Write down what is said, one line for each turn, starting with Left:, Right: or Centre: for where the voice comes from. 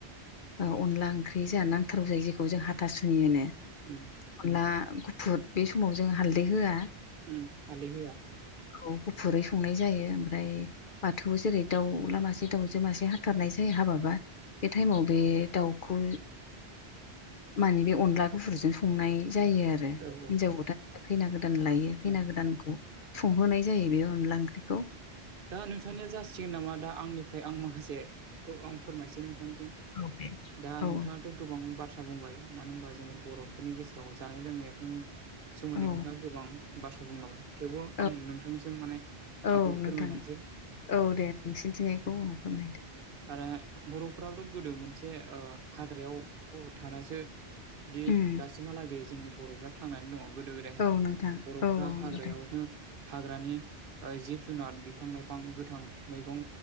Left: अनला ओंख्रि जोंहा नांथारगौ जायो जेखौ जों हाथासुनि होनो
Right: उम
Left: अनला गुफुर बे समाव जों हालदै होआ
Right: उम हालदै होया
Left: खौ गुफुरै संनाय जायो ओमफ्राय बाथौ जेरै दाउला मासे दाउजो मासे हाथारनाय जायो हाबाबा बे टाइमाव बे दाउखौ माने बे अनला गुफुरजों संनाय जायो आरो आरो
Right: औ औ
Left: हिनजाव गोदान खैना गोदान लायो खैना
Right: औ
Left: गोदानखौ संहोनाय जायो बे अनला ओंख्रि
Right: औ दा नोंथांनिया जासिगोन नामा दा आंनिफ्राय आं माखासेखौ आं फोरमायसै नोंथांजों
Left: औे दे
Right: दा
Left: औ
Right: नोंथाङा थ' गोबां बाथ्रा बुंबाय मानो होनबा जोंनि बर'फोरनि गेजेराव जानाय लोंनायाथ' सोमोन्दै
Left: औ
Right: नोंथाङा गोबां बाथ्रा बुंलाबाय थेवबो
Left: औ
Right: आं नोंथांनिसिम माने
Left: औ
Right: आंबो
Left: नोंथां
Right: फोरमायलांसै
Left: औ दे नोंसिनि थिंजानायनिखौ औ फोरमायदो
Right: आरो बर'फाबथ' गोदो मोनसे ओ हाग्रायाव थानासो दि
Left: उम
Right: दासिमहालागै जोंनि बर'फ्रा थांनानै दङ गोदो गोदायहाय
Left: औ नोंथां
Right: बर'फ्रा
Left: औ औ
Right: हाग्रायावनो
Left: नोंथां
Right: हाग्रानि जिब जुनार बिफां लाइफां गोथां मैगं